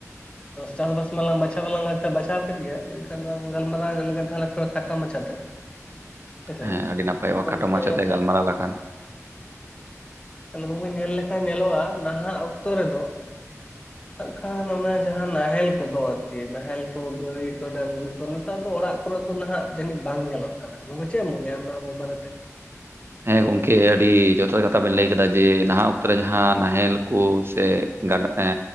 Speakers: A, on the left; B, on the right.
A: ᱪᱟᱥᱼᱵᱟᱥ ᱢᱟᱞᱟᱝ ᱵᱟᱪᱷᱟᱣᱞᱟᱝ ᱵᱟᱪᱷᱟ ᱠᱮᱫ ᱜᱮᱭᱟ ᱢᱮᱱᱠᱷᱟᱱ ᱞᱟᱝ ᱜᱟᱞᱢᱟᱨᱟᱣ ᱞᱮᱜᱮ ᱛᱟᱦᱞᱮᱼᱼ ᱠᱷᱟᱴ ᱢᱟᱪᱟ ᱛᱮ ᱦᱮ ᱥᱮ
B: ᱦᱮᱸ ᱟᱹᱰᱤ ᱱᱟᱯᱟᱭᱚᱜᱼᱟ
A: ᱜᱚᱢᱠᱮᱼᱼ
B: ᱠᱷᱟᱴᱚ ᱢᱟᱪᱷᱟᱛᱮ
A: ᱦᱮᱸ
B: ᱜᱟᱞᱢᱟᱨᱟᱣ ᱞᱮᱠᱷᱟᱱ
A: ᱛᱟᱦᱞᱮ ᱵᱟᱹᱵᱩ ᱧᱮᱞ ᱞᱮᱠᱷᱟᱱ ᱧᱮᱞᱚᱜᱼᱟ ᱱᱟᱦᱟᱜ ᱚᱠᱛᱚ ᱨᱮᱫᱚᱼᱼ ᱠᱷᱟᱱ ᱚᱱᱟ ᱡᱟᱦᱟᱸ ᱱᱟᱦᱮᱞ ᱠᱚᱫᱚ ᱟᱨᱠᱤ ᱱᱟᱦᱮᱞ ᱠᱚ ᱜᱟᱹᱭ ᱠᱚ ᱰᱟᱝᱨᱤ ᱠᱚ ᱛᱚ ᱱᱮᱛᱟᱨ ᱫᱚ ᱚᱲᱟᱜ ᱠᱚᱨᱮ ᱫᱚ ᱱᱟᱦᱟᱜ ᱡᱟᱹᱱᱤᱡ ᱵᱟᱝ ᱧᱮᱞᱚᱜ ᱠᱟᱱᱟ ᱱᱚᱜ ᱪᱮᱫ ᱮᱢ ᱢᱚᱱᱮᱭᱟ ᱚᱱᱟ ᱵᱟᱨᱮ ᱛᱮ?
B: ᱦᱮᱸ ᱜᱚᱢᱠᱮ ᱟᱹᱰᱤ ᱡᱚᱛᱷᱟᱛ ᱠᱟᱛᱷᱟ ᱵᱮᱱ ᱞᱟᱹᱭ ᱠᱮᱫᱟ ᱡᱮ ᱱᱟᱦᱟᱜ ᱚᱠᱛᱚ ᱨᱮ ᱡᱟᱦᱟᱸ ᱱᱟᱦᱮᱞ ᱠᱚ ᱥᱮᱼᱼ ᱜᱟᱰᱟ ᱮ